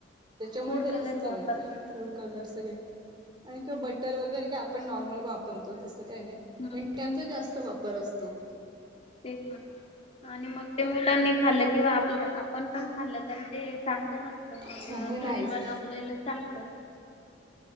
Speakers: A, on the right; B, on the left.
A: त्याच्यामुळे
B: फूड
A: त्या
B: कलर
A: जास्त
B: वापरतात
A: हो
B: ते
A: थोड. कलर सगळे आणि किंवा बटर वगैरे काय आपण नॉर्मल वापरतो तसं काय नाही.
B: हम्म
A: पण त्यांचा जास्त वापर असतो.
B: तेच ना आणि मग <inaudible> ते मुलांनी खाल्लं किंवा आपले- आपण पण खाल्ल तर ते चांगले नस <inaudible> तर मग
A: चांगले नाहीच
B: घरी बनवलेलं चांगलं.